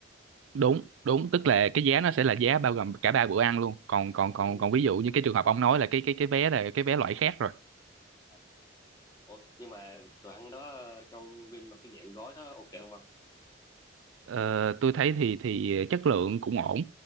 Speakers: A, on the right; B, on the left.
A: đúng đúng tức là cái giá nó sẽ là giá bao gồm cả ba bữa ăn luôn còn còn
B: ồ
A: còn còn ví dụ như cái trường hợp ông nói là cái cái cái vé là cái vé loại khác rồi
B: à. ủa nhưng mà đồ ăn đó ờ, trong Vin mà cái dạng gói đó ok không
A: Ờ, tôi thấy thì thì chất lượng cũng ổn